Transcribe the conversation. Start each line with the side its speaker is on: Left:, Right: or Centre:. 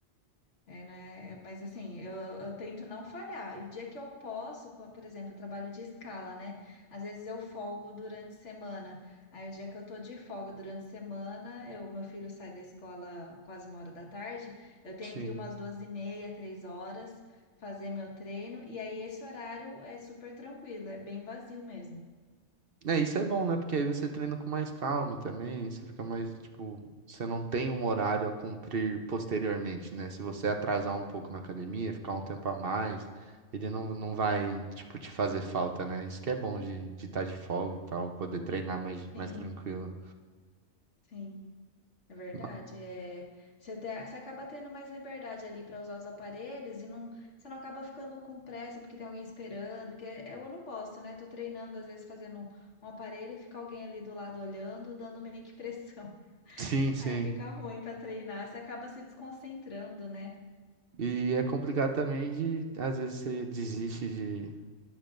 Left: É, né? Mas assim, eu, eu tento não falhar. E o dia que eu posso, co- por exemplo, eu trabalho de escala, né? Às vezes eu folgo durante a semana. Aí o dia que eu tô de folga durante a semana, eu, meu filho sai da escola quase uma hora da tarde, eu tento
Right: Sim.
Left: ir umas duas e meia, três horas, fazer meu treino. E aí esse horário é super tranquilo, é bem vazio mesmo.
Right: É, isso é bom, né? Porque aí você treina com mais calma também, você fica mais, tipo, você não tem um horário a cumprir posteriormente, né? Se você atrasar um pouco na academia, ficar um tempo a mais, ele não, não vai, tipo, te fazer falta, né? Isso que é bom de estar de, tá de folga e tal, poder treinar mais, mais
Left: Sim,
Right: tranquilo.
Left: sim. É verdade,
Right: Ma-
Left: é, você, te- você acaba tendo mais liberdade ali para usar os aparelhos e não, você não acaba ficando com pressa porque tem alguém esperando, que eu não gosto, né? Tô treinando, às vezes fazendo um, um aparelho, e fica alguém ali do lado olhando, dando meio que pressão. <laughs>
Right: Sim, sim.
Left: Aí fica ruim para treinar, você acaba se desconcentrando, né?
Right: E é complicado também de, às vezes, você desiste de,